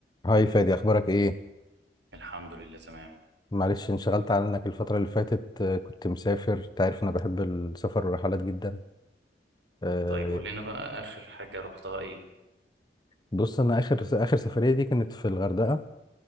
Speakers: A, on the left; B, on the right.
A: هاي فادي اخبارك ايه
B: الحمد لله تمام
A: معلش انشغلت عنك الفترة اللي فاتت آه، كنت مسافر انت عارف انا بحب السفر والرحلات جدا آه،
B: طيب قول لنا بقى آخر حاجة رحتها إيه؟
A: بص انا اخر اخر سفرية دي كانت في الغردقة